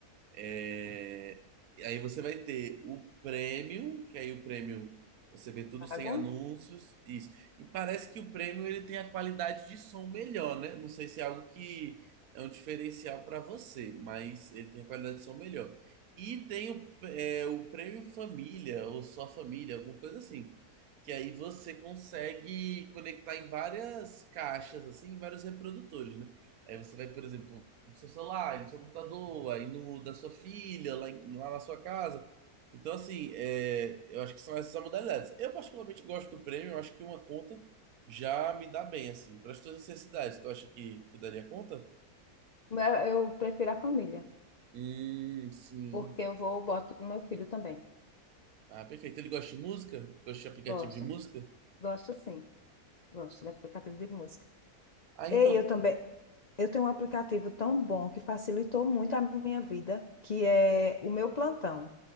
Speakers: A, on the right; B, on the left.
A: É, Aí você vai ter o prêmio, que aí o prêmio você vê tudo
B: Pago.
A: sem anúncios, isso. E parece que o prêmio ele tem a qualidade de som melhor, né? Não sei se é algo que é um diferencial para você, mas ele tem a qualidade de som melhor. E tem o, é, o prêmio família, ou só família, alguma coisa assim. Que aí você consegue conectar em várias caixas, assim, em vários reprodutores, né? Aí você vai, por exemplo, no seu celular, aí no seu computador, aí no da sua filha, lá, em- lá na sua casa. Então, assim, é, eu acho que são essas as modalidades. Eu particularmente gosto do prêmio, eu acho que uma conta já me dá bem, assim, para as tuas necessidades. Tu acha que, que daria conta?
B: Mas Eu prefiro a família,
A: Hum, sim.
B: porque eu vou, boto no meu filho também.
A: Ah, perfeito. Ele gosta de música? Gosta de aplicativo
B: Gosta,
A: de música?
B: gosta sim, gosta de aplicativo de música.
A: Ah, então.
B: ei eu também, Eu tenho um aplicativo tão bom que facilitou muito a minha vida, que é o meu plantão.